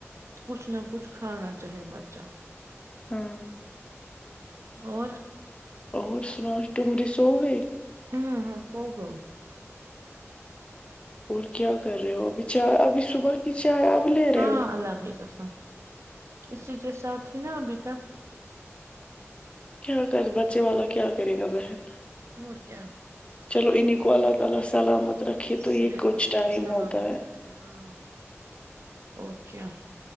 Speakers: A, on the right; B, on the left.
A: کچھ نہ کچھ کھانا چاہے بچہ
B: ہوں
A: اور
B: اور سناو ٹمری سو گئی
A: ہوں ہوں سو گئی
B: اور کیا کر رہے ہو ابھی چاۓ ابھی صبح کی چائے اب لے رہے
A: ہاں
B: ہو
A: اللہ کی قسم اسی کے ساتھ تھی نا ابھی تک
B: کیا کر بچے والا کیا کرے گا بہن
A: اور کیا
B: چلو انھیں کو اللہ تعالی سلامت رکھے تو
A: صحت
B: یہ کچھ
A: رکھے
B: ٹائم
A: سلامت
B: ہوتا ہے
A: رکھے ہاں اور کیا